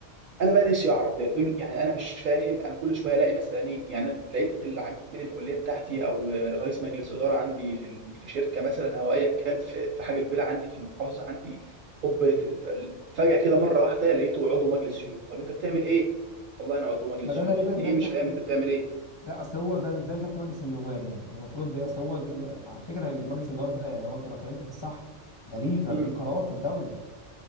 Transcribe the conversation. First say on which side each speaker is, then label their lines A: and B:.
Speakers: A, on the right (about 55°); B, on the left (about 35°).
A: انا بقى نفسي اعرف ده دول يعني انا مش فاهم انا كل شويه الاقي مثلا ايه يعني أنا لقيت العميد الكليه بتاعتي او رئيس مجلس اداره عندي في ال- في شركه مثلا او ايا كان في في حاجه كبيره عندي في المحافظه عندي هوب فجاه كده مره واحده لقيته عضو مجلس شيوخ طب انت بتعمل ايه؟ والله انا عضو مجلس
B: ما ده
A: شيوخ
B: تقريبا
A: يعني
B: ده
A: ايه
B: اللي
A: مش
B: تحت
A: فاهم
B: ايه
A: انت بتعمل ايه؟
B: ده اصل هو ده ده اللي تحت مجلس النواب يعني ده المفروض بي- اصل هو جم- على فكره اللي في مجلس النواب ده يعني هو انت لو اتكلمت في الصح ده ليه قر-
A: مم.
B: ليه قرار في الدوله